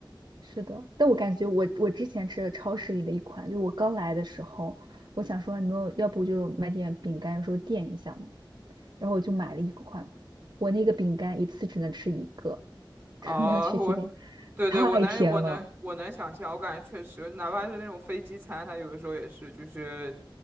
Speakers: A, on the right; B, on the right.
A: 是的，但我感觉我我之前吃的超市里的一款，就是我刚来的时候，我想说你们要不就买点饼干说垫一下嘛。然后我就买了一款，我那个饼干一次只能吃一个，
B: 啊，
A: <laughs> 那个曲奇饼
B: 我，对对，
A: 太甜了。
B: 我能，我能，我能想象，我感觉确实，哪怕是那种飞机餐，它有的时候也是，就是